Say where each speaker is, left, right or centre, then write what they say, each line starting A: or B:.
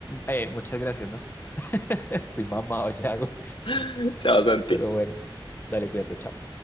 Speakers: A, on the left; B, on the left.
A: Eh, muchas gracias, ¿no? <laughs> Estoy mamado ya, güey.
B: <laughs> Chao, Santi.
A: Pero bueno, dale, cuídate, chao.